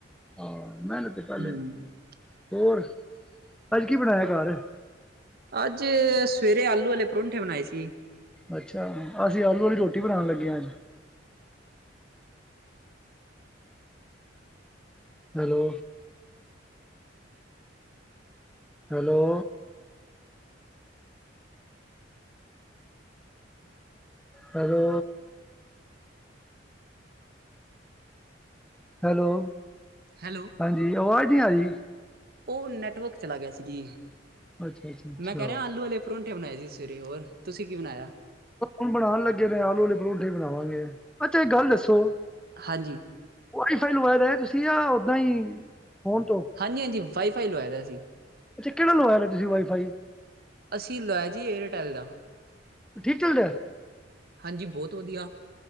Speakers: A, in the centre; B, on the right (about 55°).
A: ਆਹ ਮਹਿਨਤ ਤੇ ਪਹਿਲੇ
B: ਹੂੰ।
A: ਹੋਰ ਅੱਜ ਕੀ ਬਣਾਇਆ ਘੱਰ?
B: ਅੱਜ ਸਵੇਰੇ ਆਲੂ ਵਾਲੇ ਪਰੌਂਠੇ ਬਣਾਏ ਸੀ।
A: ਅੱਛਾ ਅਸੀਂ ਆਲੂ ਵਾਲੀ ਰੋਟੀ ਬਣਾਣ ਲੱਗੇ ਆ ਅੱਜ। Hello, hello, hello, hello,
B: hello,
A: ਹਾਂਜੀ, ਆਵਾਜ਼ ਨਹੀਂ ਆ ਰਹੀ।
B: ਉਹ ਨੈਟਵਰਕ ਚਲਾ ਗਿਆ ਸੀ, ਜੀ
A: ਅੱਛਾ, ਅੱਛਾ, ਅੱਛਾ।
B: ਮੈਂ ਕਹਿ ਰਿਹਾ ਆਲੂ ਵਾਲੇ ਪਰੌਂਠੇ ਬਣਾਏ ਸੀ, ਸਵੇਰੇ ਹੋਰ ਤੁਸੀਂ ਕੀ ਬਣਾਇਆ?
A: ਹੁਣ ਬਣਾਉਣ ਲੱਗੇ, ਨੇ ਆਲੂ ਵਾਲੇ ਪਰੌਠੇ ਬਣਾਵਾਂਗੇ ਅੱਛਾ ਇਹ ਗੱਲ ਦੱਸੋ।
B: ਹਾਂਜੀ,
A: ਵਾਈ ਫਾਈ ਲਵਾਇਦਾ ਹੈ, ਤੁਸੀਂ ਜਾਂ ਓਦਾਂ ਹੀ ਫੋਨ ਤੋਂ
B: ਹਾਂਜੀ-ਹਾਂਜੀ, ਵਾਈਫਾਈ ਲਵਾਇ ਦਾ ਸੀ।
A: ਅੱਛਾ, ਕਿਹੜਾ ਲਵਾਇਆ ਨੇ ਤੁਸੀਂ ਵਾਈਫਾਈ?
B: ਅਸੀਂ ਲੋਇਆ ਜੀ ਏਅਰਟੈਲ ਦਾ।
A: ਠੀਕ ਚੱਲ ਰਿਹਾ।
B: ਹਾਂਜੀ ਬਹੁਤ ਵਧੀਆ,